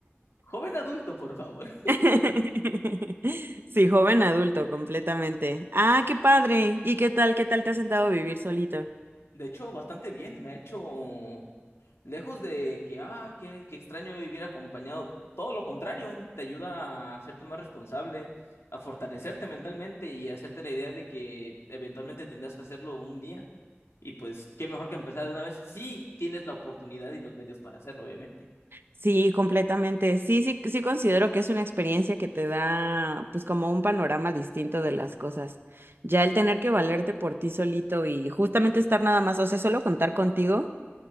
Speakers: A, on the left; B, on the right.
A: Joven adulto, por favor.
B: <laughs> Sí, joven adulto, completamente. Ah, qué padre. ¿Y qué tal? ¿Qué tal te has sentado a vivir solito?
A: <laughs> De hecho, bastante bien. Me ha hecho lejos de que, ah, qué, qué extraño vivir acompañado. Todo lo contrario, te ayuda a hacerte más responsable, a fortalecerte mentalmente y a hacerte la idea de que eventualmente tendrás que hacerlo un día. Y pues, qué mejor que empezar de una vez. Sí, tienes la oportunidad y los medios para hacerlo, obviamente.
B: Sí, completamente. Sí, sí, sí considero que es una experiencia que te da, pues, como un panorama distinto de las cosas. Ya el tener que valerte por ti solito y justamente estar nada más, o sea, solo contar contigo,